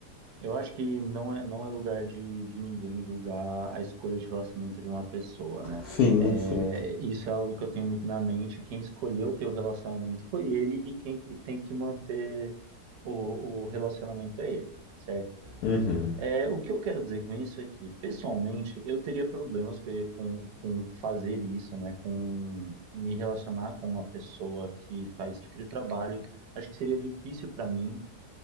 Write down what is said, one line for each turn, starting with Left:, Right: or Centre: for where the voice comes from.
Right: eu acho que não é, não é lugar de, de ninguém julgar a escolha de relacionamento de uma pessoa, né?
Left: Sim,
Right: É,
Left: sim.
Right: isso é algo que eu tenho muito na mente. Quem escolheu ter o relacionamento foi ele e quem que tem que manter o, o relacionamento é ele, certo?
Left: Uhum.
Right: É, o que eu quero dizer com isso é que, pessoalmente, eu teria problemas que- com, com fazer isso, né? Com me relacionar com uma pessoa que faz esse tipo de trabalho. Acho que seria difícil para mim,